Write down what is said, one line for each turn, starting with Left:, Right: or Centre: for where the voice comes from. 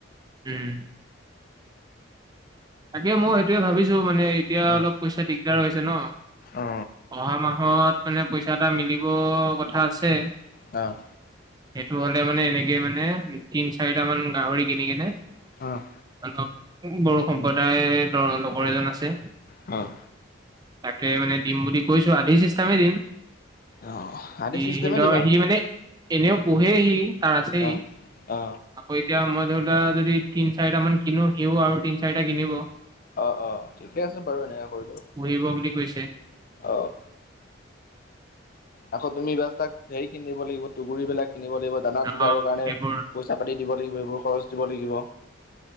Right: উম। তাকে মই সেইটোৱে ভাবিছোঁ মানে এতিয়া
Left: উম
Right: অলপ পইচা দিগদাৰ হৈছে ন,
Left: অ
Right: অহা মাহত মানে পইচা এটা মিলিব কথা আছে।
Left: অ'।
Right: সেইটো হ'লে মানে এনেকে মানে তিন চাৰিটা মান গাহৰি কিনি কেনে।
Left: অ'।
Right: অলপ বড়ো সম্প্ৰদায় লগ লগৰ এজন আছে।
Left: অ'।
Right: তাকে মানে দিম বুলি কৈছোঁ, আধি চিষ্টতেমেই দিম।
Left: অ আদি
Right: সি
Left: চিষ্টেমে
Right: সিহঁতৰ
Left: দিবা
Right: সি মানে এনেও পুহেই সি তাৰ আছেই।
Left: অ
Right: আকৌ,
Left: অ
Right: এতিয়া মই ধৰি লোৱা যদি তিন চাৰিটা মান কিনো, সিও আৰু তিনি চাৰিটা মান কিনিব।
Left: অ', অ', ঠিকে আছে বাৰু, এনেকুৱা কৰিলেও।
Right: পহিব বুলি কৈছে।
Left: অ'। আকৌ তুমি এইবাৰ তাক হেৰি কিনিব লাগিব তুকুৰিবিলাক কিনিব লাগিব দানা
Right: অ
Left: যোগাৰৰ কাৰণে
Right: সেইবোৰ।
Left: পইচা পাতি দিব লাগিব এইবোৰ খৰচ দিব লাগিব।